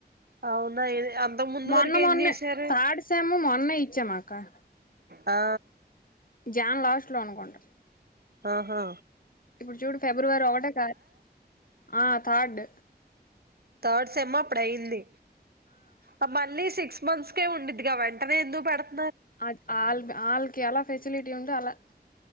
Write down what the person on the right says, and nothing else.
అవునా అంతకు ముందు
వరకు ఏం
చేశారు
ఆ
అహా
థర్డ్ సెమా ప్డయింది ఆ మళ్ళీ సిక్స్ మంత్స్కే ఉండిదిగా వెంటనే ఎందుకు పెడ్